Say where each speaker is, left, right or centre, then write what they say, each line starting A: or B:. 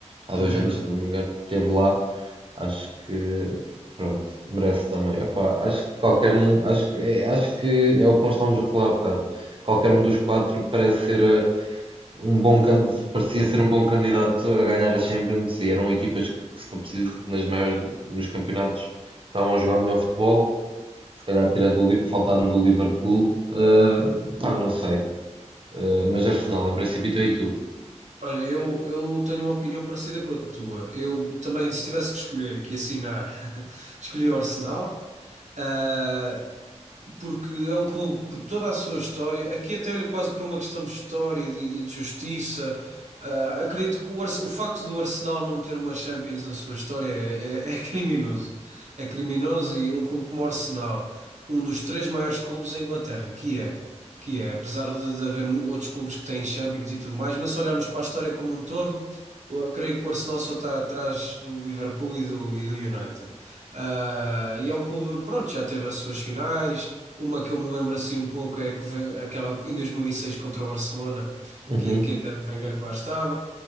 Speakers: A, on the right (about 45°); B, on the right (about 80°).
A: há
B: Também
A: dois anos,
B: é verdade.
A: se não me engano, esteve lá. Acho que, pronto, merece também. Epá, acho que qualquer um, acho que, é, acho que é o que nós estávamos a falar há bocado. Qualquer um dos quatro parece ser um bom can- parecia ser um bom candidato a ganhar a Champions e eram equipas que, se for preciso, nas maiores, nos campeonatos estavam a jogar melhor futebol. Se calhar tirar do, Li- faltando do Liverpool, eh, pá, não sei. Eh, mas Arsenal, em princípio, e tu?
B: Olha, eu, eu tenho uma opinião parecida com a tua. Eu também, se tivesse que escolher aqui, assinar, <laughs> escolhi o Arsenal. Ah, porque é um clube por toda a sua história. Aqui até olho quase por uma questão de história e de, e de justiça. Ah, acredito que o, Arse- o facto do Arsenal não ter uma Champions na sua história é, é- <laughs> é criminoso. É criminoso e um clube como o Arsenal, um dos três maiores clubes da Inglaterra, que é, que é, apesar de, de haver mu- outros clubes que têm Champions e tudo mais, mas se olharmos para a história como um todo, eu creio que o Arsenal só está atrás do Liverpool e do, e do United. Ah, e é um clube, pronto, já teve as suas finais, uma que eu me lembro assim um pouco é que vem- aquela em 2006 contra o Barcelona,
A: Uhum.
B: que, que ainda era o Wenger que lá estava.